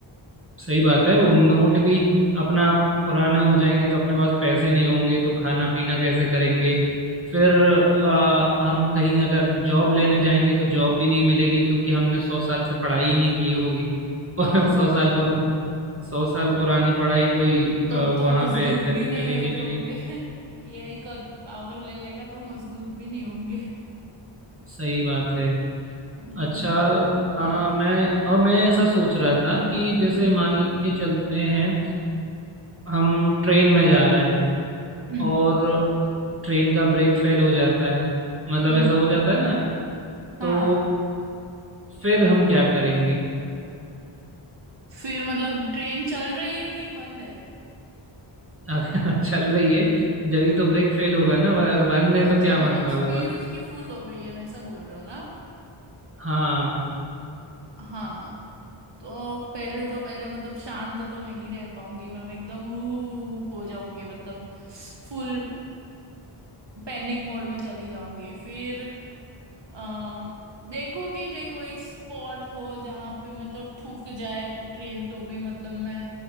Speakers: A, on the right; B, on the right.
A: सही बात है वो नोट भी अपना पुराने हो जाएंगे तो अपने पास पैसे नहीं होंगे तो खाना पीना कैसे करेंगे फिर आ, हम कहीं अगर जॉब लेने जाएंगे तो जॉब भी नहीं मिलेगी क्योंकि हमने सौ साल से पढ़ाई ही नहीं की होगी <laughs>
B: हाँ
A: सौ साल पुरानी सौ साल पुरानी पढ़ाई कोई
B: तब
A: आ, वहां
B: तो मजदूर
A: पे चल,
B: भी नहीं
A: चलेगी
B: होते
A: भी
B: होंगे
A: नहीं
B: <laughs> एआई का पावर ले लेगा तो मजदूर भी नहीं होंगे
A: सही बात है
B: हम्म
A: अच्छा आ, मैं और मैं ऐसा सोच रहा था कि जैसे
B: हम्म
A: मान के चलते हैं हम ट्रेन में जा रहे हैं
B: हम्म
A: और ट्रेन का ब्रेक फेल हो जाता है मतलब
B: हम्म,
A: ऐसा हो जाता है ना
B: हाँ
A: तो फिर हम क्या करेंगे
B: फिर मतलब ट्रेन चल रही है कि बंद है
A: अगर <laughs> चल रही है जब तो ब्रेक फेल होगा ना वह अगर बंद है
B: अच्छा
A: तो क्या
B: मतलब
A: मतलब
B: स्पीड
A: होगा
B: उसकी फुल हो गई है वैसा बोल रहे हो ना आप
A: हाँ
B: हाँ तो पहले तो पहले मतलब शांत तो नहीं रह पाऊंगी मैं मैं एकदम ऊफ हो जाऊंगी मतलब फुल पैनिक मोड में चली जाऊंगी फिर अम, देखूंगी कि कोई स्पॉट हो जहां पे मतलब ठुक जाए ट्रेन तो भी मतलब मैं